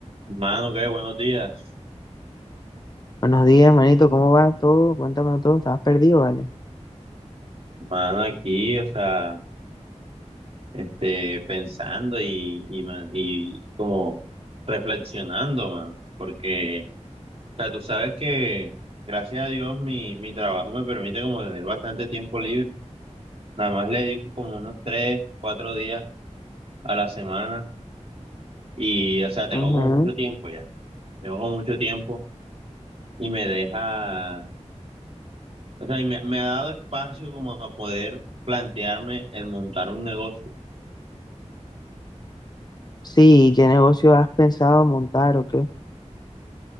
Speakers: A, on the right; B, on the left.
A: Mano, qué buenos días.
B: Buenos días, manito, ¿cómo va todo? Cuéntame todo, estabas perdido, ¿vale?
A: Mano, aquí, o sea, este, pensando y, y, ma- y como reflexionando, mano, porque, o sea, tú sabes que gracias a Dios mi, mi trabajo me permite como tener bastante tiempo libre. Nada más le dedico como unos tres, cuatro días a la semana y, o sea, tengo
B: Ujú.
A: como mucho tiempo ya. Tengo como mucho tiempo y me deja, o sea, y me, me ha dado espacio como a poder plantearme el montar un negocio.
B: Sí, ¿qué negocio has pensado montar o qué?